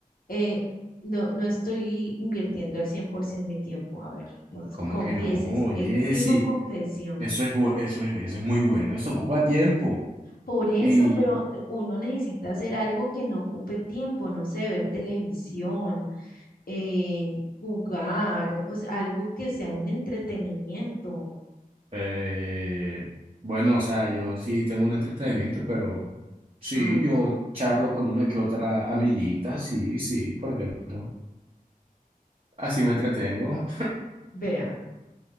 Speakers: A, on the left (about 75°); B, on the right (about 40°).
A: eh, no, no estoy invirtiendo al 100% mi tiempo, a ver, no,
B: ¿Cómo
A: confiésese,
B: que no? Oye,
A: exijo
B: sí,
A: confesión.
B: eso es, bu- eso es, eso es muy bueno, eso ocupa tiempo.
A: Por eso,
B: Y
A: pero eh, uno necesita hacer algo que no ocupe tiempo, no sé, ver televisión, eh, jugar, o sea, algo que sea un entretenimiento.
B: eh, bueno, o sea, yo sí tengo un entretenimiento, pero sí,
A: A ver,
B: yo charlo con una que otra amiguita, sí, sí, ¿por qué no? Así me entretengo.
A: vea.